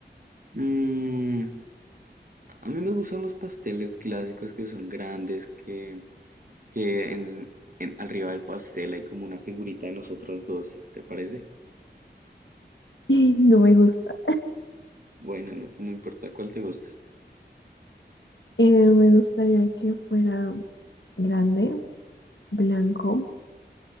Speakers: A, on the right (about 50°); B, on the left (about 85°).
A: Mm, a mí me gustan los pasteles clásicos que son grandes, que, que en, en- arriba del pastel hay como una figurita de nosotros dos, ¿te parece?
B: <laughs> No me gusta.
A: Bueno, no, no importa cuál te gusta.
B: Eh, me gustaría que fuera grande, blanco